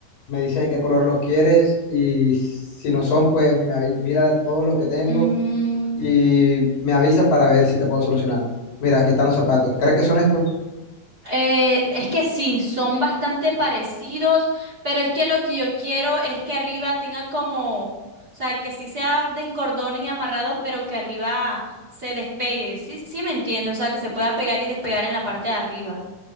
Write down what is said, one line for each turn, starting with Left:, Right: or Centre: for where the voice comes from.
Left: me dices en qué color los quieres y si no son, pues me avi- mira todos los que tengo
Right: Mm,
Left: y me avisas para ver si te puedo solucionar. Mira, aquí están los zapatos. ¿Crees que son estos?
Right: Eh, es que sí, son bastante parecidos, pero es que lo que yo quiero es que arriba tenga como, o sea, que sí sea de cordones y amarrados, pero que arriba se despegue. Sí, sí me entiende, o sea, que se pueda pegar y despegar en la parte de arriba